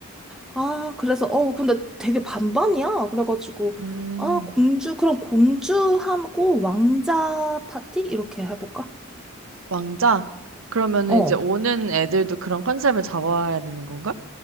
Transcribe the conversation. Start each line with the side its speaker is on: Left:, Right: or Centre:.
Centre: 아, 그래서 어, 근데 되게 반반이야. 그래가지고
Right: 음.
Centre: 아, 공주 그럼 공주하고 왕자 파티 이렇게 해볼까?
Right: 왕자? 그러면은
Centre: 어.
Right: 이제 오는 애들도 그런 컨셉을 잡아야 되는 건가?